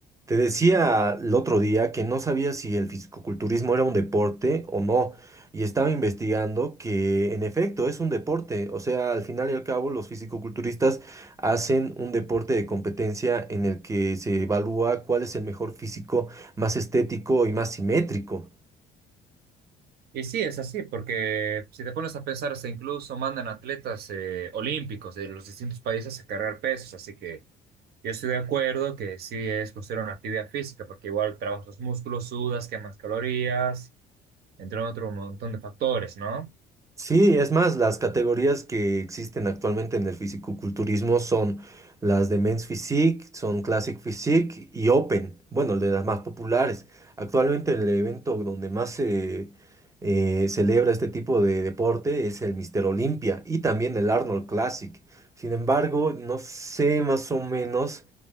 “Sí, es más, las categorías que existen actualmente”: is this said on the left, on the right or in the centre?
Right